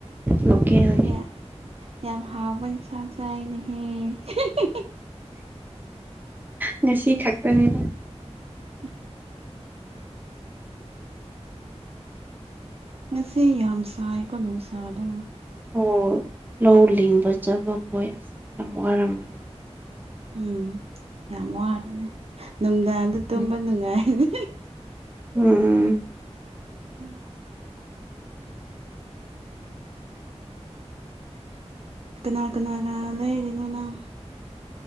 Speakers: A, on the right; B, on the right.
A: ꯂꯣꯛꯜꯒꯤ꯫
B: ꯌꯥ ꯌꯥꯝ ꯍꯥꯎ ꯄ ꯌꯦꯅꯖꯡ ꯆꯥꯏꯅꯦꯍꯦ ꯍꯤ ꯍꯤ
A: ꯉꯁꯤ ꯈꯛꯇꯅꯤ
B: ꯎꯝ ꯉꯁꯤ ꯌꯥꯝ ꯁꯥꯏꯀꯣ ꯅꯨꯡꯁꯥꯗꯣ꯫
A: ꯑꯣ ꯂꯧ ꯂꯤꯡꯕ ꯆꯇꯄꯥ ꯃꯈꯈꯣꯏ ꯑꯁ ꯌꯥꯝ ꯋꯥꯔꯝꯝꯅꯤ
B: ꯎꯝ ꯌꯥꯝ ꯋꯥꯔꯅꯦ ꯅꯨꯡꯗꯥꯡꯗ ꯇꯨꯝꯕ
A: ꯎꯝ
B: ꯅꯨꯡꯉꯥꯏꯅꯤ꯫
A: ꯎꯝ
B: ꯎꯝ <unintelligible> ꯀꯅꯥ ꯀꯅꯥꯒ ꯂꯩꯔꯤꯅꯣ ꯅꯪ